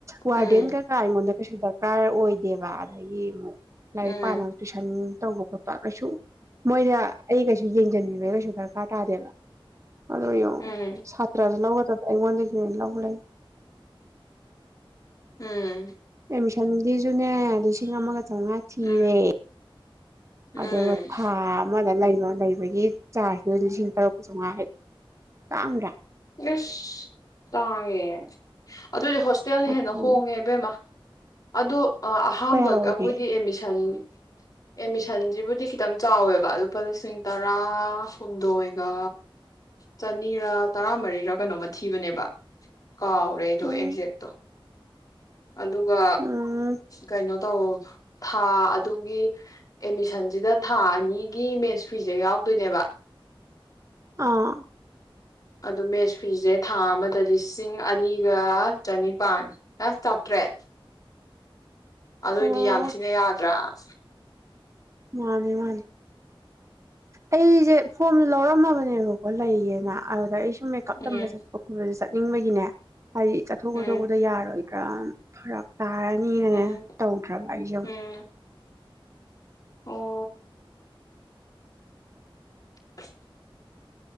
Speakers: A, on the right (about 35°); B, on the left (about 40°).
A: ꯋꯥꯔꯗꯦꯟ
B: ꯎꯝ
A: ꯀꯩꯀꯥ ꯑꯩꯉꯣꯟꯗ ꯀꯩꯁꯨ ꯗꯔꯀꯥꯔ ꯑꯣꯏꯗꯦꯕ ꯑꯗꯒꯤ ꯃꯨꯛ ꯂꯥꯏꯔꯤꯛ
B: ꯎꯝ
A: ꯄꯥꯅꯕ ꯇꯨꯏꯁꯟ ꯇꯧꯕ ꯈꯣꯠꯄ ꯀꯩꯁꯨ ꯃꯣꯏꯗ ꯑꯩ ꯀꯩꯁꯨ ꯌꯦꯡꯁꯤꯟꯕꯤꯕꯩ ꯀꯩꯁꯨ ꯗꯔꯀꯥꯔ ꯇꯥꯗꯦꯕ ꯑꯗ‌ꯣ ꯌ‌ꯦꯡꯉ‌ꯣ
B: ꯎꯝ
A: ꯁꯥꯇ꯭ꯔꯥꯁꯨ ꯅꯪꯅ ꯑꯩꯉ‌ꯣꯟꯗꯒꯤ ꯑꯣꯏꯅ ꯂꯧ ꯂꯩ
B: ꯎꯝ
A: ꯑꯦꯠꯃꯤꯁꯟꯒꯤꯁꯨ ꯅ‌ꯦ ꯂꯤꯁꯤꯡ ꯑꯃꯒ ꯆꯧꯉꯥ ꯊꯤꯔꯦ
B: ꯎꯝ ꯎꯝ
A: ꯑꯗꯨꯒ ꯊꯥ ꯑꯃꯗ ꯂꯩꯐꯝ ꯂꯩꯕꯒꯤ ꯆꯥꯔꯁꯗꯨꯅ ꯂꯤꯁꯤꯡ ꯇꯔꯨꯛ ꯀ ꯆꯧꯉꯥ ꯍꯥꯏꯔꯛꯑꯦ ꯇꯥꯡꯗꯔꯥ
B: ꯑꯁ ꯇꯥꯡꯉ‌ꯦ <inaudible> ꯑꯗꯨꯑꯣꯏꯗꯤ ꯍꯣꯁꯇꯦꯜꯅ
A: ꯑꯗꯨꯅꯤ
B: ꯍꯦꯟꯅ ꯍꯣꯡꯉꯦ ꯏꯕꯦꯝꯃ ꯑꯗ‌ꯣ ꯑꯍꯥꯥꯟꯕ
A: ꯀꯌꯥ ꯑꯣꯏꯒꯦ
B: ꯑꯩꯈꯣꯏꯒꯤ ꯑꯦꯠꯃꯤꯁꯟ ꯑꯦꯠꯃꯤꯁꯟꯁꯤꯕꯨꯗꯤ ꯈꯤꯇꯪ ꯆꯥꯎꯋꯦꯕ ꯂꯨꯄꯥ ꯂꯤꯁꯤꯡ ꯇꯔꯥ ꯍꯨꯝꯗꯣꯏꯒ ꯆꯅꯤꯔꯥ ꯇꯔꯥꯃꯔꯤꯔ ꯀꯩꯅꯣꯝꯃ ꯊꯤꯕꯅꯦꯕ ꯀꯥꯎꯔꯦ ꯑꯩꯗꯣ
A: ꯎꯝ
B: ꯑꯦꯛꯖꯦꯛꯇ‌ꯣ ꯑꯗꯨꯒ
A: ꯎꯝ
B: ꯀꯩꯅꯣ ꯇꯧ ꯊꯥ ꯑꯗꯨꯒꯤ ꯑꯦꯠꯃꯤꯁꯟꯁꯤꯗ ꯊꯥ ꯑꯅꯤꯒꯤ ꯃꯦꯁ ꯐꯤꯁꯦ ꯌꯥꯎꯗꯣꯏꯅꯦꯕ
A: ꯑꯥ
B: ꯑꯗꯨ ꯃꯦꯁ ꯐꯤꯁꯦ ꯊꯥ ꯑꯃꯗ ꯂꯤꯁꯤꯡ ꯑꯅꯤꯒ ꯆꯅꯤꯄꯥꯟ ꯑ ꯆꯥꯇ꯭ꯔꯦꯠ ꯑꯗꯨꯏꯗꯤ
A: ꯑꯣ
B: ꯌꯥꯝ ꯊꯤꯅ ꯌꯥꯗ꯭ꯔꯥ <inaudible>
A: ꯃꯥꯅꯤ ꯃꯥꯅꯤ ꯑꯩꯁꯦ ꯐꯣꯝꯗꯣ ꯂꯧꯔꯝꯃꯕꯅꯦꯕꯀꯣ ꯂꯩꯌꯦꯅ ꯑꯗꯨꯗ ꯑꯩꯁꯨ ꯃꯦꯀꯞ ꯇꯝꯕꯖꯦ
B: ꯎꯝ
A: <unintelligible> ꯅꯤꯡꯕꯒꯤꯅꯦ ꯍꯥꯏꯗꯤ ꯆꯠꯊꯣꯛ ꯀꯠꯊꯣꯛꯄꯗ
B: ꯎꯝ
A: ꯌꯥꯔꯣꯏ ꯗ꯭ꯔ ꯐꯔꯛ ꯇꯥꯔꯅꯤꯅꯦ
B: ꯎꯝ
A: ꯇꯧꯗ꯭ꯔꯕ ꯑꯩꯁꯨꯝ
B: ꯎꯝ ꯑꯣ <inaudible>